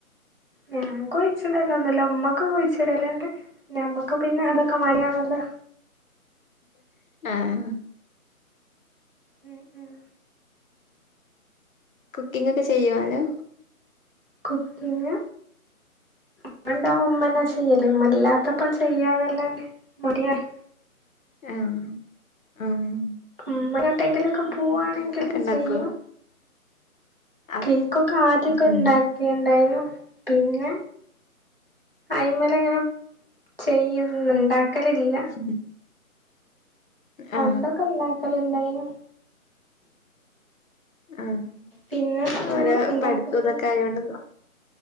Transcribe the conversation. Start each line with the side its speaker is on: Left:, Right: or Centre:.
Right: ഞാൻ കുഴിച്ചിടലൊന്നുല്ല ഉമ്മക്ക് കുഴിച്ചിടല്ണ്ട് ഞമ്മക്ക് പിന്നെ അതൊക്കെ മടിയാണല്ലോ
Left: ആഹ്
Right: ഉം ഉം
Left: കുക്കിംങ്‌ ഒക്കെ ചെയ്യോ നല്ലോ
Right: കുക്കിംങ് ഉമ്മ ഇണ്ടാവുമ്പ ഉമ്മന്നെ ചെയ്യല് ഉമ്മല്ലാത്തപ്പ ചെയ്യാന്നല്ല മടിയായി
Left: ആഹ് ആഹ്
Right: ഉമ്മ എങ്ങോട്ടെങ്കിലൊക്കെ പോവാണെങ്കില്
Left: ഇണ്ടാക്കോ
Right: ചെയ്യും
Left: ആ
Right: കേക്കൊക്കെ ആദ്യൊക്കെ
Left: ഉം
Right: ഇണ്ടാക്കൽണ്ടായിരുന്നു പിന്നെ അയ്മലങ്ങനെ ചെയ്യും ഇണ്ടാക്കലില്ല
Left: <inaudible>
Right: പണ്ടൊക്കെ
Left: ആ
Right: ഉണ്ടാക്കല് ഇണ്ടായ്നു
Left: ആഹ്
Right: പിന്നെ അങ്ങനെ
Left: ഓരോ
Right: ഉണ്ടാക്കലൊന്നുല്ല
Left: പട്ത്തു ഇതൊക്കെ ആയോണ്ട്